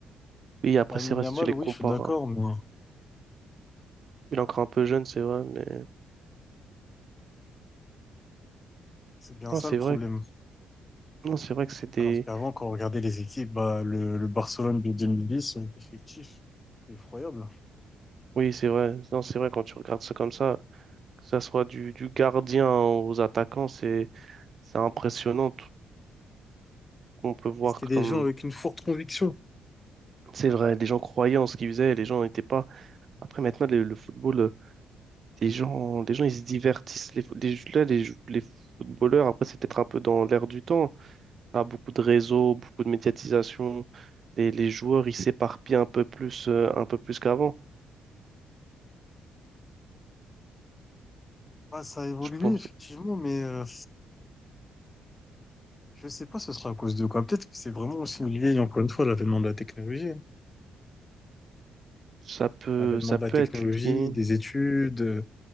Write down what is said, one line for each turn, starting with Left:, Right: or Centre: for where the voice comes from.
Right: Oui, après,
Left: Lamine
Right: c'est vrai,
Left: Yamal,
Right: si tu les
Left: oui,
Right: compares.
Left: je suis d'accord,
Right: hein.
Left: mais
Right: Il est encore un peu jeune, c'est vrai, mais
Left: c'est bien
Right: non,
Left: ça
Right: c'est
Left: le problème.
Right: vrai, non, c'est vrai que c'est des.
Left: Alors qu'avant, quand on regardait les équipes, bah, le, le Barcelone de 2010, euh, effectif, effroyable.
Right: Oui, c'est vrai, non, c'est vrai quand tu regardes ça comme ça, que ça soit du, du gardien aux attaquants, c'est c'est impressionnant tout ce qu'on peut voir
Left: Et c'était
Right: comme.
Left: des gens avec une forte conviction.
Right: C'est vrai, les gens croyaient en ce qu'ils faisaient, les gens n'étaient pas. Après, maintenant, le, le football, euh, les gens, les gens, ils se divertissent. Les, fo- les, là, les, les footballeurs, après, c'est peut-être un peu dans l'air du temps. Pas beaucoup de réseaux, beaucoup de médiatisation. Les, les joueurs, ils s'éparpillent un peu plus, euh, un peu plus qu'avant,
Left: Bah, ça a évolué,
Right: je pense.
Left: effectivement, mais euh, je sais pas ce sera à cause de quoi. Peut-être que c'est vraiment aussi lié, encore une fois, à l'avènement de la technologie. hein.
Right: Ça peut,
Left: L'avènement
Right: ça
Left: de
Right: peut
Left: la technologie,
Right: être lié.
Left: des études, euh,